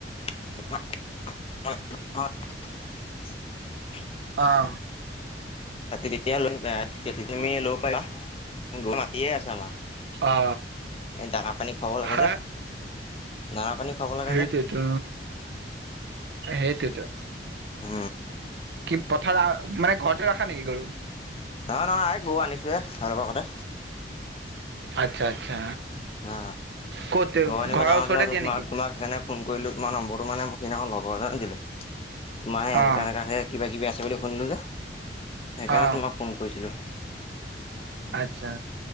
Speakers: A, on the left; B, on the right.
A: <unintelligible>
B: অহ।
A: যেতিয়া লৈ তুমি লগ পাবা মাতিয়েই আছা আমাক।
B: অ
A: এই দানা পানী খুৱাব লাগে
B: হা
A: যে, দানা পানী। খাব লাগে
B: সেইটোৱেতো
A: যে
B: সেইটোৱেতো
A: অ
B: কি পথাৰ মানে ঘৰতে ৰাখা নে কি গৰু
A: নহয় নহয় আ গৰু আনিছোহে অলপ আগতে
B: আচ্ছা আচ্ছা
A: আহ
B: ক'ত
A: গৰু আনিব
B: ঘৰৰ
A: যাওঁতে
B: ওচৰতে দিয়া
A: তোমাক
B: নেকি
A: তোমাক সেইকাৰণে ফোন কৰিলো তোমাৰ নম্বৰটো মানে মোক সিদিনাখন লগৰ এটাই দিছিল তোমাৰে এনেকা
B: অ
A: এনেকা হে কিবা কিবি আছে বুলি শুনিলো যে সেইকাৰণে
B: অ
A: তোমাক ফোন কৰিছিলো
B: আত্ছা